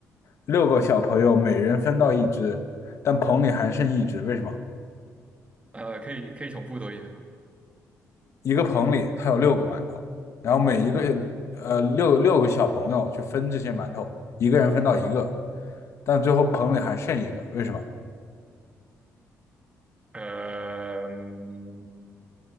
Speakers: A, on the left (about 60°); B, on the right (about 20°).
A: 六个小朋友每人分到一只，但棚里还剩一只。为什么？
B: 呃，可以可以重复多一遍吗？
A: 一个棚里它有六个馒头，然后每一个呃六六个小朋友去分这些馒头，一个人分到一个，但最后棚里还剩一个。为什么？
B: 呃，嗯